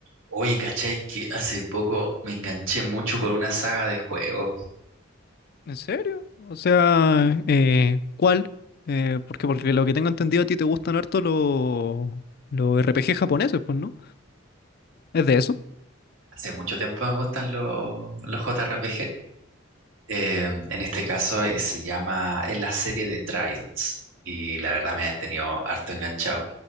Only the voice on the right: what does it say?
Oye, ¿cachai? Que hace poco me enganché mucho con una saga de juegos.
Hace mucho tiempo me gustan los, los JRPG. Eh, en este caso eh, se llama, es la serie de Trials. Y la verdad me ha tenido harto enganchado.